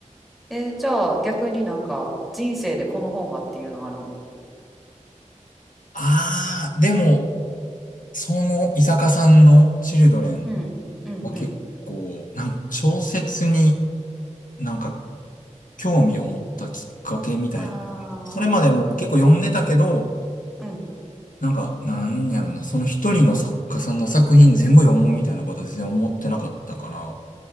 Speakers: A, in the centre; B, on the left (about 85°).
A: えーじゃあ逆になんか人生でこの本はっていうのあるん
B: ああ、でも、その伊坂さんのチルドレン
A: うん、うん、
B: は結構、
A: うん、
B: なん小説になんか興味を持ったきっかけみたいな。
A: うん。ああ、
B: それまでも結構読んでたけど、
A: うん、うん、うん。
B: なんか、なんやろな、その一人の作家さんの作品全部読もうみたいなことは全然思ってなかったから。